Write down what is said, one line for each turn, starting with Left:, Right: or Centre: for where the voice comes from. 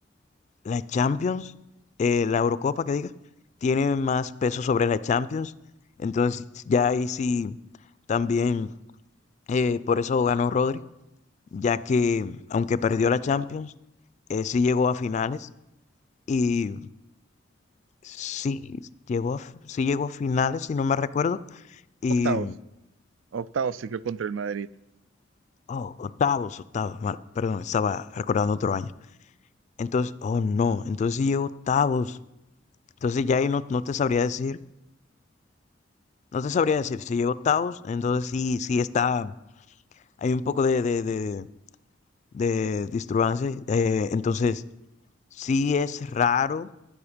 Left: la Champions, eh, la Eurocopa que diga, tiene más peso sobre la Champions. Entonces ya ahí sí también eh, por eso ganó Rodri. ya que aunque perdió la Champions, eh, sí llegó a finales y sí llegó a, sí llegó a finales, si no me recuerdo, y
Right: Octavos. Octavos se quedó contra el Madrid.
Left: oh, octavos, octavos, mal, perdón, estaba recordando otro año. Entonces, oh no, entonces sí llegó octavos. Entonces ya ahí no, no te sabría decir, no te sabría decir, si llegó octavos, entonces sí, sí está, hay un poco de, de, de, de disturbancia, eh, entonces sí es raro